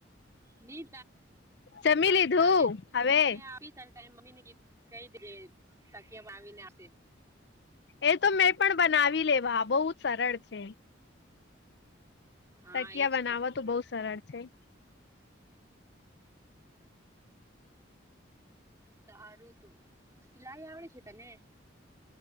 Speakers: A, on the right; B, on the left.
A: ની
B: જમી
A: હાને
B: લીધું હવે
A: <inaudible> ટાઈમ મમી ને કી કહી દીધ તકીયા આવીને આપશે.
B: એ તો મેં પણ બનાવી લેવા બહુ જ સરળ છે.
A: હા
B: તકિયા
A: એજ
B: બનાવવા તો બહુ સરળ છે.
A: સારું તું સિલાઈ આવડે છે તને?